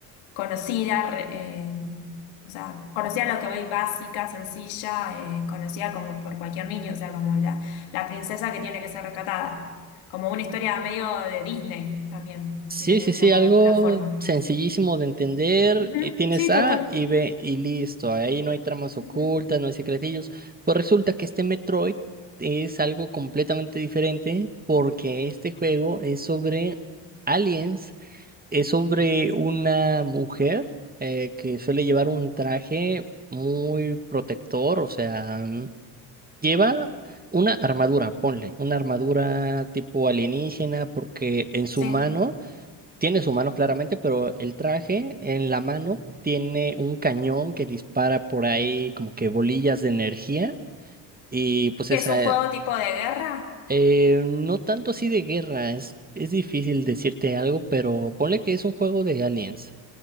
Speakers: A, on the left (about 70°); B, on the right (about 20°).
A: conocida, re- eh, o sea, conocida a lo que voy básica, sencilla, eh, conocida como por cualquier niño, o sea, como la, la princesa que tiene que ser rescatada, como una historia medio de Disney también,
B: Sí,
A: si lo querés
B: sí, sí,
A: llamar
B: algo
A: de alguna forma.
B: sencillísimo de entender.
A: Ujú,
B: eh, Tienes
A: Sí,
B: A
A: total.
B: y B y listo. Ahí no hay tramas ocultas,
A: Ujú,
B: no hay secretillos. Pues resulta que este Metroid es algo completamente diferente porque este juego es sobre aliens Es sobre una mujer eh, que suele llevar un traje muy protector, o sea, mm, lleva una armadura, ponle, una armadura tipo alienígena, porque en su
A: Sí.
B: mano, tiene su mano claramente, pero el traje en la mano tiene un cañón que dispara por ahí como que bolillas de energía y pues
A: ¿Que
B: esa,
A: es un juego tipo de guerra?
B: eh, no tanto así de guerra, es, es difícil decirte algo, pero ponle que es un juego de aliens.